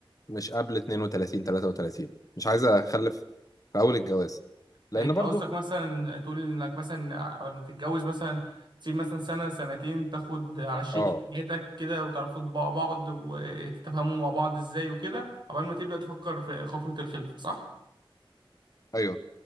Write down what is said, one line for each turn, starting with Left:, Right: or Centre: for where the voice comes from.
Left: مش قبل 32 33 مش عايز اخلف في اول الجواز لان
Right: يعني انت
Left: برضو
Right: قصدك مثلا تقول انك مثلا قبل ما تتجوز مثلا تسيب مثلا سنة سنتين تاخد على شريكة
Left: اه
Right: حياتك كده وتعرفوا طباع بعض وتتفاهموا مع بعض ازاي وكده قبل ما تبدأ تفكر في خطوة الخلفة صح؟
Left: ايوه